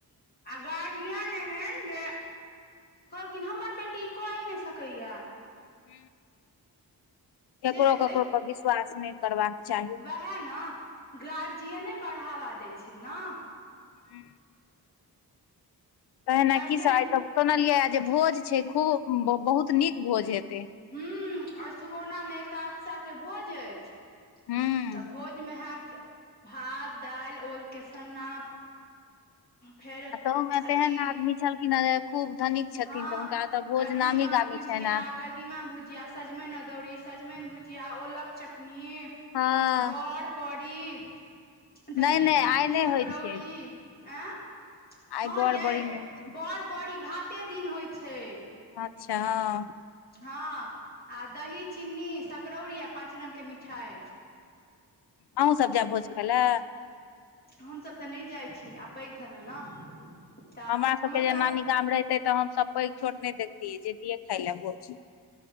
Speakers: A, on the left; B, on the left.
A: आ गार्जियन एहन जे, कहलखिन हमर बेटी कऽये नहि सकैएा।
B: ह केकरो
A: से देख
B: ककरो पर विश्वास नहि करबाक चाही।
A: है न। गार्जियने बढ़ावा दै छै ने,
B: हू तहिना
A: गार्जियन
B: की सब आ त सुनलियै जे भोज छै खूब बहुत नीक भोज हेतै,
A: हू अ सुगौना मे एकादशा के भोज अछि,
B: हूँ।
A: तऽ भोजमे हत भात दालि ओलके सन्ना, फेर
B: आ तहु मे
A: अथी
B: तेहन आदमी छलखिन ह? खूब धनिक छथिन
A: हँ
B: तऽ हुनका तऽ भोज
A: कदीमा
B: नामी गामी
A: भुजिया
B: छे न,
A: कदीमा भुजिया सजमनि अदौड़ी सजमनि भुजिया ओलक चटनी,
B: हँ
A: बड़ बड़ी दही
B: नहि नहि
A: चीनी
B: आइ नहि
A: सकौरी,
B: होइ छै
A: ए
B: आइ
A: हँ
B: बड़
A: य
B: बड़ी नहि होइ
A: बड़ बड़ी भाते दिन होइ छै।
B: अच्छा हँ,
A: हँ आ दही चिन्नी सकरौरी आ पाँच रंग के मिठाई
B: अहूँ सब जायब भोज खाय लए?
A: हमसभ तऽ नहि जाइत छी आ पैघ भेलहुँ ने, तऽ
B: हमरा सबके
A: हमर
B: जे
A: तऽ
B: नानी गाम रहितैय तऽ हमसभ पैघ छोट नहि देखतियै जतियै खाय ले भोज।